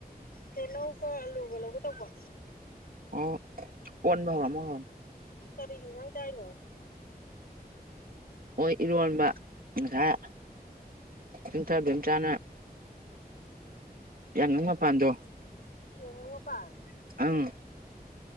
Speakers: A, on the left; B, on the right.
A: ꯇꯤꯜꯍꯧꯒ ꯑꯂꯨꯒ ꯂꯧꯒ ꯇꯧꯕ
B: ꯑꯣ ꯄꯟꯃ ꯍꯔ ꯑꯃ ꯍꯔ
A: ꯀꯔꯤ ꯍꯤꯡꯖꯥꯡ ꯀꯥꯏꯅꯣ
B: ꯍꯣꯏ ꯏꯔꯣꯟꯕ ꯉꯁꯥꯏ ꯆꯤꯡꯊꯕ ꯆꯥꯅ ꯌꯥꯝ ꯉꯉ ꯄꯗꯣ
A: ꯋꯥꯄꯥꯟ
B: ꯑꯪ